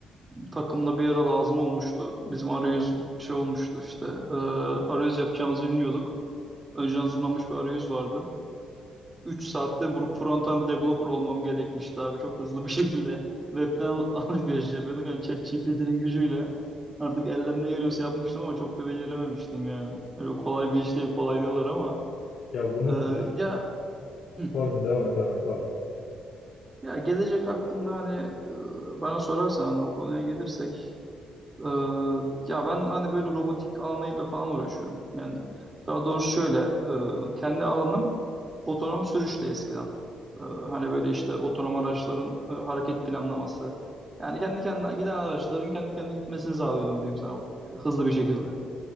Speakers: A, on the right; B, on the left.
A: takımda bir ara lazım olmuştu. Bizim arayüz şey olmuştu işte. E, arayüz yapacağımızı bilmiyorduk. Önceden hazırlanmış bir arayüz vardı. üç saatte vurup frontend developer olmam gerekmişti abi. Çok hızlı bir şekilde. Webden al- <laughs> alışveriş yapıyorduk. Hani ChatGPT'nin gücüyle. Artık elden ne geliyorsa yapmıştım ama çok da becerememiştim yani. Öyle kolay bir iş değil kolay diyorlar ama.
B: Ya bunun,
A: Ee,
B: e,
A: ya hı,
B: pardon devam et, devam et, pardon.
A: ya gelecek hakkında hani e, bana sorarsan hani o konuya gelirsek e, ya ben hani böyle robotik alanıyla falan uğraşıyorum. Yani daha doğrusu şöyle e, kendi alanım otonom sürüşte eskiden. E, hani böyle işte otonom araçların e, hareket planlaması. Yani kendi kendine giden araçların kendi kendine gitmesini sağlıyordum diyeyim sana e, hızlı bir şekilde.